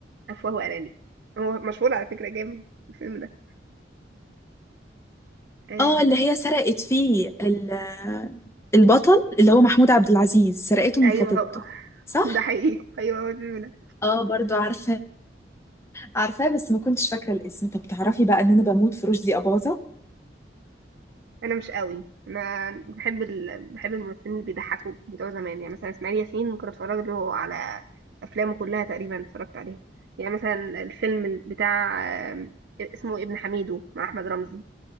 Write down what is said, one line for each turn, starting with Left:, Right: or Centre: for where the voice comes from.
Right: افواه وارانب هو مشهور على فكره جامد الفيلم ده آه.
Left: اه اللي هي سرقت فيه ال- البطل اللي هو محمود عبد العزيز سرقته من
Right: ايوه
Left: خطيبته
Right: هو
Left: صح؟
Right: <laughs> ده حقيقي ايوه هو الفيلم ده
Left: اه برضو عارفة عارفاه بس ما كنتش فاكرة الاسم طب تعرفي بقى ان انا بموت في رشدي أباظة
Right: انا مش قوي انا بحب ال... بحب الممثلين اللي بيضحكوا بتوع زمان يعني مثلا اسماعيل ياسين كنت اتفرج له على افلامه كلها تقريبا اتفرجت عليها يعني مثلا الفيلم بتاع آم، اسمه ابن حميدو مع احمد رمزي